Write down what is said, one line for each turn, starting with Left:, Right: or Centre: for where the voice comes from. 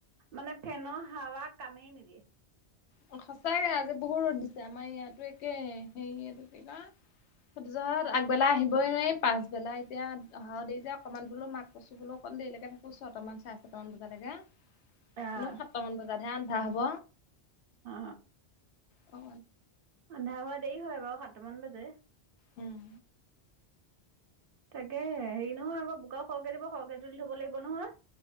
Right: মানে ফেনৰ হাৱা কামেই নিদিয়ে।
Left: সঁচাকে আজি বহুত ৰ'দ দিছে আমাৰ ইয়াতো একে হেৰি এই কিবা সজত আগবেলা আহিবই নোৱাৰি পাছবেলা এতিয়া অহাও দেৰি যে অকমান বোলো মাক কছু বোলো ক দেৰিলৈকে থাকো ছয়টামান চাৰে ছটামান বজালৈকে। এনেও
Right: আহ
Left: সাতটামান বজাতহে আন্ধাৰ হ'ব।
Right: অ।
Left: অ।
Right: ৰান্ধা হোৱা দেৰি হয় বাৰু সাতটামান বাজে।
Left: উম।
Right: তাকে হেৰি নহয় আকৌ বোকাও সৰহকে দিব সৰহকে তুলি ধৰিব লাগিব নহয়।